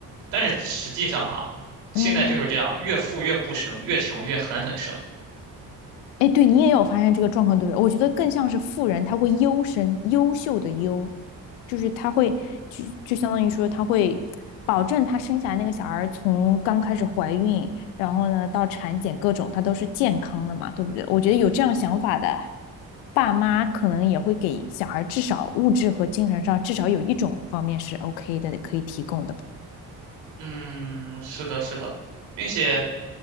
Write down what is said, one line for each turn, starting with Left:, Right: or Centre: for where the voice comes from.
Right: 但是实际上哈，现在就是这样，
Left: 嗯。
Right: 越富越不生，越穷越狠狠生。
Left: 哎，对你也有发现这个状况，对不对？我觉得更像是富人，他会优生，优秀的优，就是他会就就相当于说他会保证他生下来那个小孩儿从刚开始怀孕，然后呢到产检各种，他都是健康的嘛，对不对？我觉得有这样想法的爸妈，可能也会给小孩至少物质和精神上至少有一种方面是 OK 的，可以提供的吧。
Right: 嗯，是的，是的，并且